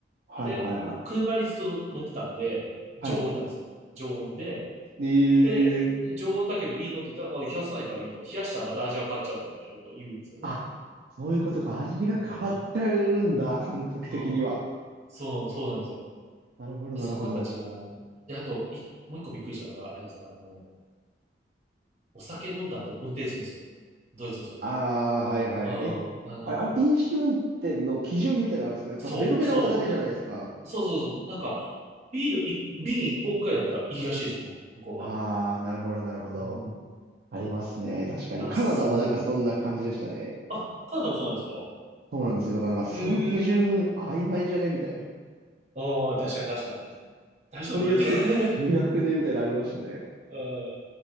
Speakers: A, on the right; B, on the right.
A: い、はい、
B: で、
A: はい、はい。
B: 車にずっと乗乗ってたんで、常温なんですよ。
A: はい。
B: 常温で、
A: え
B: で、常温だけどいいのって言ったら、あ、冷やさないからいいんだ。冷やしたらまた味が変わっちゃうだろうみたいなことを言うんですよね。
A: あ、そういうことか。味が変わっちゃうんだ。
B: みんな。あ
A: 感覚的には。
B: あ、そう、そうなんですよ。
A: なるほど、なるほど。
B: そこがやっぱ違うな。で、あと、い、もう一個びっくりしたのが、あれです。あの、お酒飲んだ後運転するんですよ。ドイツの人って。
A: ああ、はいはいはい。
B: うん、あ
A: え、
B: の、
A: あれ、あれ、飲酒運転の基準みたいなのあるんですかなんかベロベロはダメじゃないですか。
B: そう、そう、そうそうそう。なんか、ビールい、瓶一本くらいだったらいいらしいですよね。向こうは。
A: ああ、なるほど、なるほど。
B: うん。
A: ありますね。確かに。
B: あ、
A: カナダもなんかそんな感じでしたね。
B: それも、あ、カナダもそうなんですか
A: そうなんですよ。だからなんかその基準曖昧じゃねみたいな。
B: へえ。ああ、確かに確かに。大丈夫って
A: これによって違額でみたいなのありましたね。
B: <laughs> うん